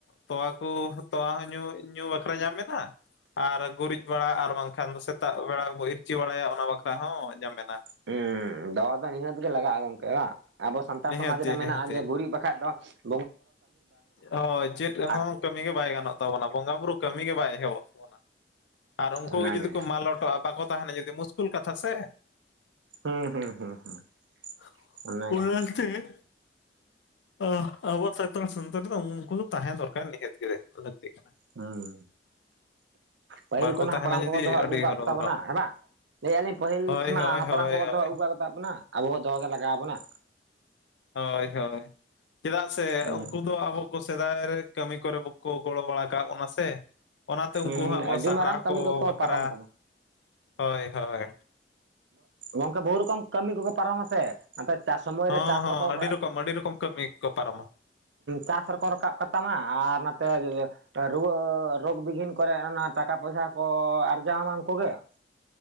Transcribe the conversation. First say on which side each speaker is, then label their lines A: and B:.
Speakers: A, on the left (about 80°); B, on the right (about 75°).
A: ᱛᱳᱣᱟ ᱠᱚ ᱛᱳᱣᱟ ᱦᱚᱸ ᱧᱩ ᱵᱟᱠᱷᱨᱟ ᱧᱟᱢ ᱮᱱᱟ᱾ ᱟᱨ ᱜᱩᱨᱤᱡ ᱵᱟᱲᱟ ᱟᱨ ᱵᱟᱝᱠᱷᱟᱱ ᱫᱚ ᱥᱮᱛᱟᱜ ᱵᱮᱲᱟ ᱵᱚ ᱤᱨᱪᱤ ᱵᱟᱲᱟᱭᱟ ᱚᱱᱟ ᱵᱟᱠᱷᱨᱟ ᱦᱚᱸ ᱧᱟᱢᱮᱱᱟ᱾
B: ᱦᱩᱸ ᱫᱚ ᱱᱤᱦᱟᱹᱛ ᱜᱮ ᱞᱟᱜᱟᱜ-ᱟ
A: ᱦᱮᱸ
B: ᱜᱚᱢᱠᱮ ᱵᱟᱝ <inaudible> ᱟᱵᱚ ᱥᱟᱱᱛᱟᱲ
A: ᱱᱤᱦᱟᱹᱛᱤ
B: ᱥᱚᱢᱟᱡᱽ ᱨᱮ ᱢᱮᱱᱟᱜ-ᱟ
A: ᱱᱤᱦᱟᱹᱛᱤ
B: ᱡᱮ ᱜᱩᱨᱤᱡᱽ ᱵᱟᱠᱷᱟᱡ ᱫᱚ ᱾
A: ᱦᱳᱭ ᱪᱮᱫ
B: ᱟᱨ
A: ᱦᱚᱸ ᱠᱟᱹᱢᱤ ᱜᱮ ᱵᱟᱭ ᱜᱟᱱᱚᱜ ᱛᱟᱵᱚᱱᱟ ᱵᱚᱸᱜᱟ ᱵᱩᱨᱩ ᱠᱟᱹᱢᱤ ᱜᱮ ᱵᱟᱭ ᱮᱦᱚᱵᱚᱜ ᱛᱟᱵᱚᱱᱟ ᱾ ᱟᱨ ᱩᱱᱠᱩ
B: ᱚᱱᱟᱜᱮ
A: ᱜᱮ ᱡᱩᱫᱤ ᱠᱚ ᱢᱟᱞᱚᱴᱚᱜ-ᱟ ᱵᱟᱠᱚ ᱛᱟᱦᱮᱱᱟ ᱡᱩᱫᱤ ᱢᱩᱥᱠᱩᱞ ᱠᱟᱛᱷᱟ ᱥᱮ
B: ᱦᱩᱸ ᱦᱩᱸ
A: ᱾
B: ᱦᱩᱸ ᱦᱩᱸ ᱚᱱᱟᱜᱮ
A: ᱚᱱᱟᱛᱮ <inaudible> ᱟ ᱟᱵᱚ ᱥᱟᱱᱛᱟᱲ ᱥᱟᱣᱛᱟ ᱫᱚ ᱩᱱᱠᱩ ᱛᱟᱦᱮᱸ ᱫᱚᱨᱠᱟᱨ ᱱᱤᱦᱟᱹᱛ ᱜᱮ ᱞᱟᱹᱠᱛᱤᱜ ᱠᱟᱱᱟ ᱾
B: ᱦᱩᱸ ᱯᱟᱹᱦᱤᱞ
A: ᱵᱟᱠᱚ
B: ᱠᱷᱚᱱᱟ
A: ᱛᱟᱦᱮᱱᱟ
B: ᱦᱟᱯᱲᱟᱢ
A: ᱡᱩᱫᱤ
B: ᱠᱚᱠᱚ ᱫᱚᱦᱚ
A: ᱟᱹᱰᱤ
B: ᱟᱹᱜᱩ ᱟᱠᱟᱫ
A: ᱦᱚᱨᱚᱵᱚᱨᱚ
B: ᱠᱚᱛᱟ ᱵᱚᱱᱟ ᱦᱮᱸ ᱵᱟᱝ ᱾ ᱞᱟᱹᱭᱮᱜ-ᱟᱞᱤᱧ ᱯᱟᱹᱦᱤᱞ
A: ᱦᱳᱭ
B: ᱠᱷᱚᱱᱟᱜ
A: ᱦᱳᱭ
B: ᱦᱟᱯᱲᱟᱢ
A: ᱦᱳᱭ
B: ᱠᱚᱠᱚ
A: ᱦᱳᱭ
B: ᱫᱚᱦᱚ ᱟᱹᱜᱩ ᱟᱠᱟᱫ ᱵᱚᱱᱟ ᱟᱵᱚ ᱦᱚᱸ ᱫᱚᱦᱚ ᱜᱮ ᱞᱟᱜᱟᱣᱟ ᱵᱚᱱᱟ ᱾
A: ᱦᱳᱭ ᱦᱳᱭ ᱪᱮᱫᱟᱜ ᱥᱮ
B: ᱦᱩᱸ
A: ᱩᱱᱠᱩ ᱫᱚ ᱟᱵᱚ ᱼᱼ ᱩᱱᱠᱩ ᱥᱮᱫᱟᱭ ᱨᱮ ᱠᱟᱹᱢᱤ ᱠᱚᱨᱮ ᱵᱟᱠᱚ ᱜᱚᱲᱚ ᱵᱟᱲᱟ ᱟᱠᱟᱜ ᱵᱚᱱᱟ ᱥᱮ ᱾ ᱚᱱᱟᱛᱮ
B: ᱦᱩᱸ
A: ᱩᱱᱠᱩ ᱦᱟᱜ ᱵᱚ
B: ᱟᱹᱰᱤ
A: ᱥᱟᱦᱟᱨᱟᱣ
B: ᱢᱟᱨᱟᱝ ᱠᱟᱹᱢᱤ
A: ᱠᱚ
B: ᱠᱚᱠᱚ
A: ᱵᱟᱠᱠᱷᱟᱨᱟ
B: ᱯᱟᱨᱚᱢ
A: ᱦᱳᱭ ᱦᱳᱭ᱾
B: ᱜᱚᱢᱠᱮ ᱵᱚᱦᱩ ᱨᱚᱠᱚᱢ ᱠᱟᱹᱢᱤ ᱠᱚᱠᱚ ᱯᱟᱨᱚᱢ ᱟ ᱥᱮ ᱾ ᱟᱯᱮ ᱪᱟᱥ ᱥᱚᱢᱚᱭ
A: ᱦᱚᱸ
B: ᱨᱮ ᱪᱟᱥ
A: ᱦᱚᱸ
B: ᱨᱮ ᱠᱚ <inaudible>
A: ᱟᱹᱰᱤ ᱨᱚᱠᱚᱢ ᱟᱹᱰᱤ ᱨᱚᱠᱚᱢ ᱠᱟᱹᱢᱤ ᱠᱚ ᱯᱟᱨᱚᱢᱟ
B: ᱪᱟᱥ ᱨᱮᱠᱚ ᱨᱟᱠᱟᱵ ᱠᱟᱛᱟᱢᱟ ᱟᱨ ᱱᱚᱛᱮ ᱨᱩᱣᱟᱹ ᱨᱳᱜᱽ ᱵᱤᱜᱷᱤᱱ ᱼᱼ ᱠᱚᱨᱮ ᱚᱱᱟ ᱴᱟᱠᱟ ᱯᱚᱭᱥᱟ ᱠᱚ ᱟᱨᱡᱟᱣ ᱟᱢᱟ ᱩᱱᱠᱩ ᱜᱮ ᱾